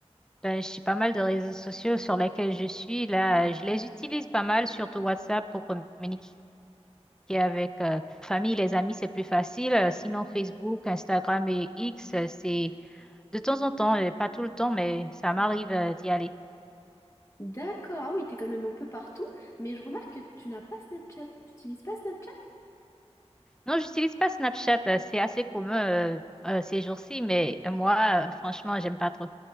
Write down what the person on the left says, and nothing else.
D'accord, ah oui, t'es quand même un peu partout, mais je remarque que tu n'as pas Snapchat. Tu n'utilises pas Snapchat?